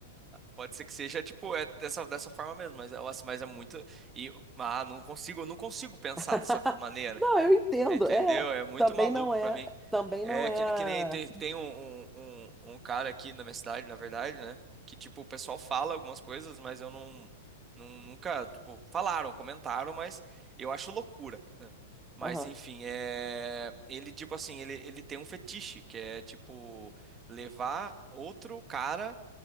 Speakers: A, on the right; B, in the centre.
A: Pode ser que seja, tipo, é dessa, dessa forma mesmo, mas, nossa, mas é muito. E, ah, não consigo, eu não consigo pensar
B: <laughs>
A: dessa maneira.
B: Não, eu entendo.
A: Entendeu?
B: É,
A: É muito
B: também
A: maluco
B: não é,
A: pra mim.
B: também
A: É
B: não é.
A: que, que nem tem,
B: a-
A: tem um, um, um um cara aqui na minha cidade, na verdade, né? Que, tipo, o pessoal fala algumas coisas, mas eu não, não nunca, tipo, falaram, comentaram, mas eu acho loucura, né? Mas,
B: Aham,
A: enfim, é... ele, tipo assim, ele, ele tem um fetiche, que é, tipo, levar outro cara